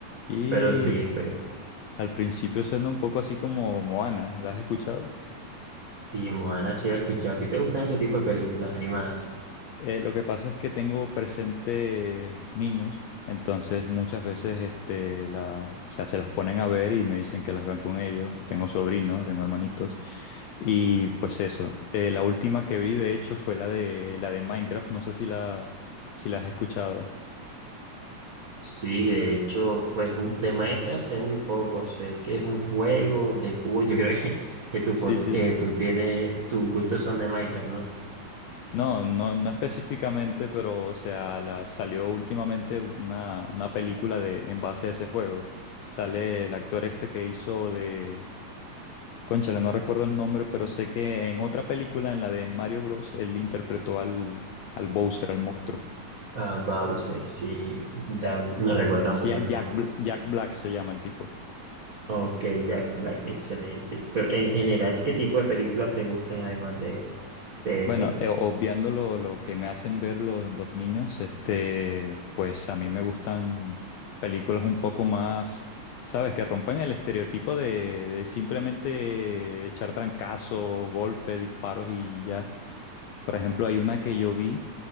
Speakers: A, on the left (about 80°); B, on the right (about 60°).
A: Y
B: Pero sí fue.
A: al principio suena un poco así como Moana, ¿la has escuchado?
B: Sí, Moana, sí la he escuchado. ¿A ti te gustan ese tipo de películas animadas?
A: Eh, lo que pasa es que tengo presente niños, entonces muchas veces este, la, o sea, se las ponen a ver y me dicen que las vean con ellos. Tengo sobrinos, tengo hermanitos. Y pues eso. Eh, la última que vi, de hecho, fue la de la de Minecraft. No sé si la, si la has escuchado.
B: Sí, de hecho, pues mu- de Minecraft sé muy poco. Sé que es un juego de cubo. Yo creo <laughs> que, que tú,
A: Sí,
B: po-
A: sí,
B: eh,
A: sí.
B: tú tienes, tus gustos son de Minecraft, ¿no?
A: No, no, no específicamente, pero o sea, la, salió últimamente una, una película de, en base a ese juego. Sale el actor este que hizo de Cónchale, no recuerdo el nombre, pero sé que en otra película, en la de Mario Bros, él interpretó al, al Bowser, al monstruo.
B: Ah, Bowser, sí, ya no recuerdo tampoco
A: Sí, a
B: el
A: Jack,
B: nombre.
A: Bla- Jack Black se llama el tipo.
B: Ok, Jack Black, excelente. Pero en general, ¿qué tipo de películas te gustan además de, de
A: Bueno,
B: esa?
A: eh, obviando lo, lo que me hacen ver lo- los niños, este, pues a mí me gustan películas un poco más, ¿sabes? Que rompan el estereotipo de, de simplemente echar trancazo, golpe, disparos y ya. Por ejemplo, hay una que yo vi